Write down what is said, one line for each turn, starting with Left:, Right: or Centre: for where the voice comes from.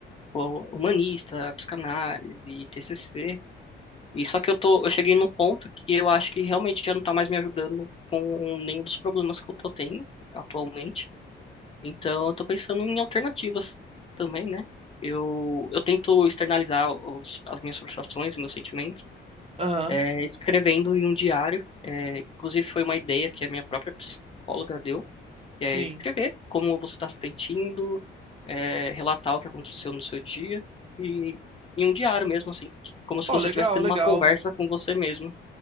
Left: tipo, humanista, psicanálise, TCC. E só que eu tô, eu cheguei num ponto que eu acho que realmente já não tá mais me ajudando com nenhum dos problemas que eu tô tendo atualmente. Então, eu tô pensando em alternativas também, né? Eu, eu tento externalizar os, as minhas frustrações, os meus sentimentos,
Right: Aham.
Left: é, escrevendo em um diário. É, inclusive, foi uma ideia que a minha própria psicóloga deu, que
Right: Sim.
Left: é escrever como você está se sentindo, é, relatar o que aconteceu no seu dia, e em um diário mesmo, assim, como se você
Right: Ó, legal,
Left: estivesse tendo
Right: legal.
Left: uma conversa com você mesmo,